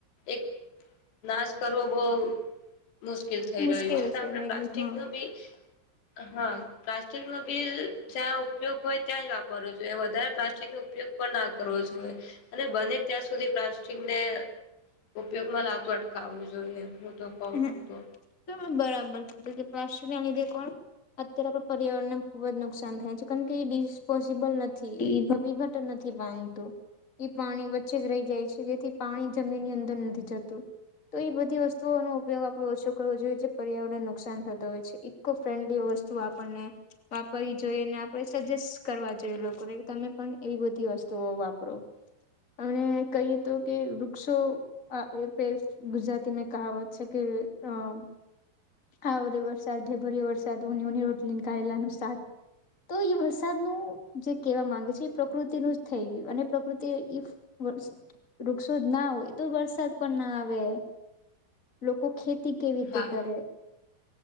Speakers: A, on the left; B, on the left.
A: એક નાશ કરવો બહુ મુશ્કેલ થઈ
B: મુશ્કેલ
A: રહ્યું છે, તો આપણે
B: થઈ
A: પ્લાસ્ટિકની
B: ગયું હા
A: બી હા, પ્લાસ્ટિકનો બી જ્યાં ઉપયોગ હોય ત્યાં જ વાપરવું. એટલે વધારે પ્લાસ્ટિકનો ઉપયોગ પણ ના કરવો જોઈએ. અને બને ત્યાં સુધી પ્લાસ્ટિકને ઉપયોગમાં લાવતું અટકાવવું જોઈએ. હું તો કહું
B: હમ
A: છું તો.
B: <unintelligible> બરાબર છે, એટલે <unintelligible> ના લીધે કોણ? અત્યારે આપણા પર્યાવરણને ખૂબ જ નુકસાન થાય છે, કારણ કે એ ડિસ્પોઝેબલ નથી. <unintelligible> તો નથી બનતું. એ પાણી વચ્ચે જ રહી જાય છે, જેથી પાણી જમીનની અંદર નથી જતું, તો એ બધી વસ વસ્તુઓનો ઉપયોગ આપણે ઓછો કરવો જોઈએ, જે પર્યાવરણને નુકસાન થતો હોય છે. ઇકો-ફ્રેન્ડલી વસ્તુઓ આપણને વાપરવી જોઈએ ને, અને આપણે સજેસ્ટ કરવા જોઈએ લોકોને કે તમે પણ એવી બધી વસ્તુઓ વાપરો. અને કહીએ તો કે વૃક્ષો અ <unintelligible> ગુજરાતીને કહાવત છે કે હમ્મ આવરે વરસાદ ઢેબરિયો વરસાદ ઉની ઉની રોટલીને કરેલાનું શાક. તો એ વરસાદનું જે કહેવા માંગે છે એ પ્રકૃતિનું જ થઈ ગયું અને પ્રકૃતિ <unintelligible> <unintelligible> વૃક્ષો જ ના હોય તો વરસાદ પણ ન આવે. લોકો ખેતી કેવી રીતે
A: હા
B: કરે?